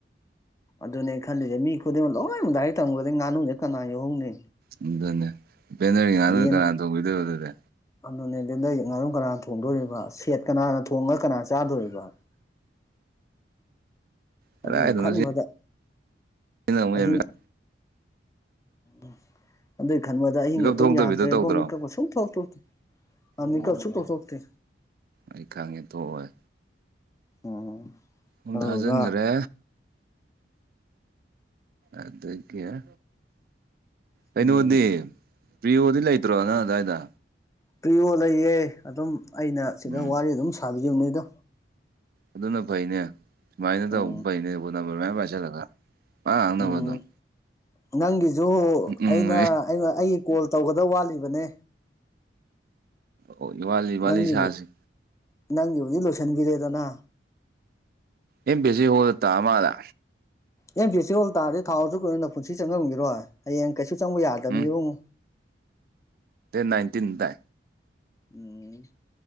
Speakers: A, on the left; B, on the right.
A: ꯑꯗꯨꯅꯦ ꯈꯜꯂꯤꯁꯦ ꯃꯤ ꯈꯨꯗꯤꯡꯃꯛ ꯂꯣꯏꯅꯃꯛ ꯗꯥꯏꯔꯤꯛ ꯇꯝꯈ꯭ꯔꯗꯗꯤ ꯉꯥꯅꯨꯁꯦ ꯀꯅꯥ ꯌꯧꯍꯧꯅꯤ
B: ꯎ ꯑꯗꯨꯅꯦ ꯄꯦꯟꯅꯔꯤ ꯉꯥꯗꯨꯅ
A: ꯌꯦꯟ
B: ꯀꯅꯥꯅ ꯇꯧꯕꯤꯗꯣꯏꯕ ꯑꯗꯨꯗꯤ
A: ꯑꯗꯨꯅꯦ ꯑꯗꯨꯗ ꯉꯥꯔꯨꯝ ꯀꯅꯥ ꯊꯣꯡꯗꯣꯔꯤꯕ ꯁꯦꯠ ꯀꯅꯥꯅ ꯊꯣꯡꯉꯒ ꯀꯅꯥ ꯆꯥꯗꯣꯔꯤꯕ
B: ꯀꯗꯥꯏꯗꯅꯣ
A: ꯑꯗꯨꯒꯤ ꯈꯟꯕꯗ
B: ꯁꯤꯅ ꯑꯃꯨꯛ
A: ꯑꯍꯤꯡ
B: ꯍꯦꯟꯅ
A: ꯎ ꯑꯗꯨꯏ ꯈꯟꯕꯗ ꯑꯍꯤꯡꯒꯇꯪ
B: ꯃꯤꯀꯞ ꯊꯣꯛꯇꯕꯤꯗꯣ
A: ꯌꯥꯗ꯭ꯔꯦꯕꯣ
B: ꯇꯧꯗ꯭ꯔꯣ
A: ꯃꯤ ꯀꯛꯄ ꯁꯨꯡꯊꯣꯛ ꯊꯣꯛꯇꯦ ꯃꯤꯀꯞ
B: ꯎꯝ
A: ꯁꯨꯡꯊꯣꯛ ꯊꯣꯛꯇꯦ
B: ꯑꯩ ꯈꯪꯉꯦ ꯇꯣꯛꯑꯣꯏ
A: ꯎꯝ
B: ꯑꯝꯇ
A: ꯑꯗꯨꯗꯨꯒ
B: ꯊꯥꯖꯤꯟꯈ꯭ꯔꯦ ꯑꯗꯀꯌꯥ ꯑꯩꯅ
A: ꯎꯝ
B: ꯃꯅꯤ ꯄ꯭ꯔꯤꯌꯣꯗꯤ ꯂꯩꯇ꯭ꯔꯣ ꯅꯪ ꯑꯋꯥꯏꯗ
A: ꯄ꯭ꯔꯤꯌꯣ ꯂꯩꯌꯦ ꯑꯗꯨꯝ ꯑꯩꯅ ꯁꯤꯗ
B: ꯎꯝ
A: ꯋꯥꯔꯤ ꯑꯗꯨꯝ ꯁꯥꯕꯤꯕꯅꯤ ꯑꯗꯣ
B: ꯑꯗꯨꯅ ꯐꯩꯅꯦ ꯁꯨꯃꯥꯏꯅ
A: ꯎꯝ
B: ꯇꯧꯕ ꯐꯩꯅꯦ ꯑꯩꯣꯟ ꯅꯝꯕꯔ ꯃꯌꯥꯝ ꯄꯥꯏꯁꯤꯜꯂꯒ ꯃꯥ ꯍꯥꯡꯅꯕ
A: ꯎꯝ
B: ꯑꯗꯨꯝ
A: ꯅꯪꯒꯤꯁꯨ
B: ꯎꯝ
A: ꯑꯩꯅ ꯑꯩꯒꯤ ꯀꯣꯜ ꯇꯧꯒꯗꯕ ꯋꯥꯠꯂꯤꯕꯅꯦ
B: ꯑꯣ ꯏ ꯋꯥꯂꯤ ꯏ
A: ꯅꯪꯒꯤꯕꯨ
B: ꯋꯥꯂꯤ ꯁꯥꯁꯤꯦ
A: ꯅꯪꯒꯤꯕꯨꯗꯤ ꯂꯣꯏꯁꯤꯟꯕꯤꯔꯦꯗꯅ
B: ꯑꯦ ꯕꯤꯖꯤ ꯍꯗ ꯇ ꯃꯥꯗ
A: ꯑꯦꯦꯝ ꯐꯦꯁꯇꯤꯚꯦꯜ ꯇꯥꯔꯗꯤ ꯊꯥꯎꯔꯁꯨ ꯀꯨꯏꯅ ꯄꯨꯟꯁꯤ ꯆꯪꯉꯝꯈꯤꯔꯣꯏ ꯍꯌꯦꯡ ꯀꯩꯁꯨ ꯆꯪꯕ ꯌꯥꯗꯕꯅꯤ
B: ꯎꯝ
A: ꯏꯕꯨꯡ
B: ꯅꯥꯏꯟꯇꯤꯟ ꯇ
A: ꯎꯝ